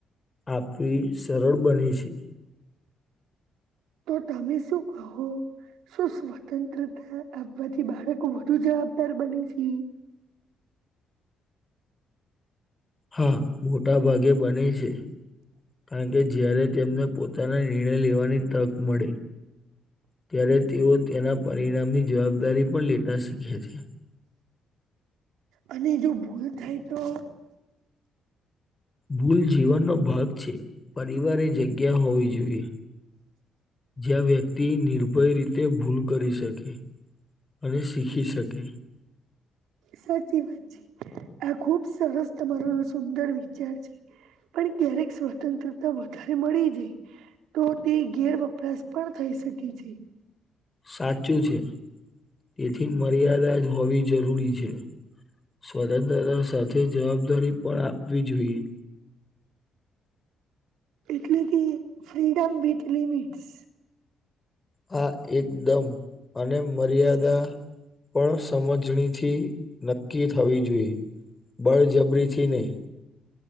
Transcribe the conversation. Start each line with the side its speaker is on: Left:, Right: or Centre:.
Left: આપવી સરળ બને છે.
Right: તો તમે શું કહો. શું સ્વતંત્રતા આપવાથી બાળકો વધુ જવાબદાર બને છે.
Left: હા મોટા ભાગે બને છે કારણ કે જ્યારે તેમને પોત પોતાના નિર્ણય લેવાની તક મળે. ત્યારે તેઓ તેના પરિણામની જવાબદારી પણ લેતા શીખે છે.
Right: અને જો ભૂલ થાય તો
Left: ભૂલ જીવનનો ભાગ છે. પરિવારે જગ્યા હોવી જોઈએ. જ્યાં વ્યક્તિ નિર્ભય રીતે ભૂલ કરી શકે. અને શીખી શકે.
Right: સાચી વાત છે. આ ખુબ સરસ તમારો સુંદર વિચાર છે. પણ ક્યારેક સ્વતંત્રતા વધારે મળી જાય. તો તે ગેર વપરાશ પણ થઈ શકે છે.
Left: સાચું છે એથી મર્યાદા જ હોવી જરૂરી છે. સ્વતંત્રતા સાથે જવાબદારી પણ આપવી જોઈએ.
Right: એટલે કે ફ્રીડમ વિથ લિમિટ્સ.
Left: હા એકદમ અને મર્યાદા પણ સમજણીથી નક્કી થવી જોઈએ બળજબરીથી નહીં.